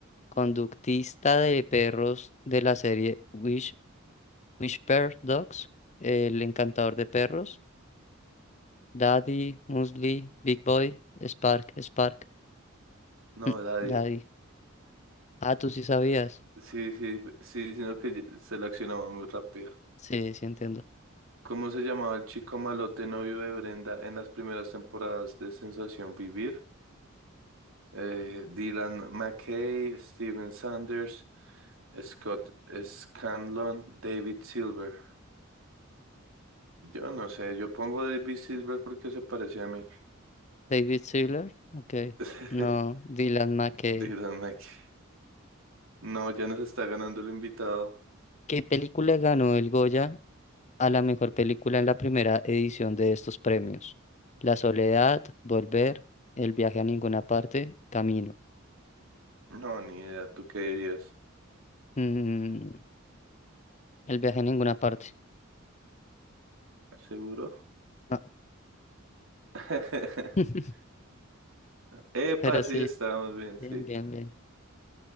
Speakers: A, on the left; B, on the right.
A: conductista de perros de la serie Wish, Whisper Dogs? El encantador de perros. Daddy, Muesli, Big Boy, Spark, Spark.
B: No,
A: mm,
B: Daddy.
A: Daddy. Ah, tú sí sabías.
B: Sí, sí, sí, sino que ye- seleccionamos muy rápido.
A: Sí, sí entiendo.
B: ¿Cómo se llamaba el chico malote novio de Brenda en las primeras temporadas de Sensación Vivir? Eh, Dylan McKay, Steven Sanders, Scott Scanlon, David Silver. Yo no sé, yo pongo David Silver porque se parece a mí.
A: David Sealer, ok.
B: <laughs>
A: No, Dylan McKay.
B: Dylan McKay. No, ya nos está ganando el invitado.
A: ¿Qué película ganó el Goya a la mejor película en la primera edición de estos premios? La soledad, Volver, El viaje a ninguna parte, Camino.
B: No, ni idea, ¿tú qué dirías?
A: Mm, el viaje a ninguna parte.
B: ¿Seguro?
A: No.
B: <laughs>
A: <laughs>
B: Epa,
A: Pero
B: sí,
A: sí,
B: estamos bien,
A: bien,
B: sí.
A: bien, bien.